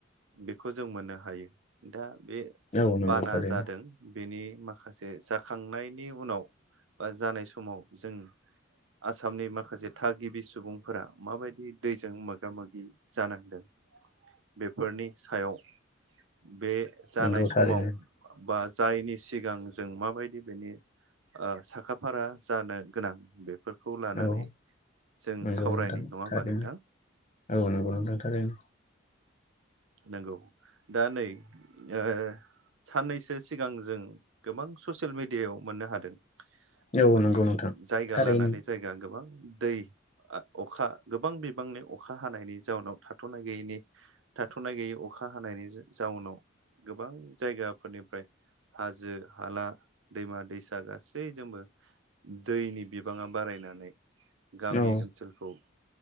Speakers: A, on the right (about 75°); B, on the left (about 35°).
A: बेखौ जों मोननो हायो दा बे
B: औ नंगौ
A: बाना
B: थारैनो
A: जादों बेनि माखासे जाखांनायनि उनाव बा जानाय समाव जों आसामनि माखासे थागिबि सुबुंफोरा माबायदि दैजों मोगा मोगि जानांदों बेफोरनि सायाव बे जानाय
B: नंगौ
A: समाव
B: थारैनो
A: बा जाियनि सिगां जों माबायदि बेनि साखाफारा जानो गोनां बे बेफोरखौ लानानै
B: औ
A: जों
B: नंगौ
A: सावरायनि
B: नोंथां
A: नङा होमबा
B: थारैनो
A: नोंथां
B: औ नोंगौ नोंथां थारैनो
A: नंगौ दा नै ओ साननैसो सिगां जों गोबां ससियेल मिडियायाव मोननो हादों
B: औ
A: माने
B: नंगौ नोंथां
A: जायगा
B: थारैनो
A: लानानै जायगा गोबां दै अखा गोबां बिबांनि अखा हानायनि जाउनाव थाथ'नाय गैयैनि थाथ'नाय गैयै अखा हानायनि जाउनाव गोबां जायगाफोरनिफ्राय हाजो हाला दैमा दैसा गासैजोंबो दैनि बिबाङा बारायनानै गामि
B: औ
A: ओनसोलखौ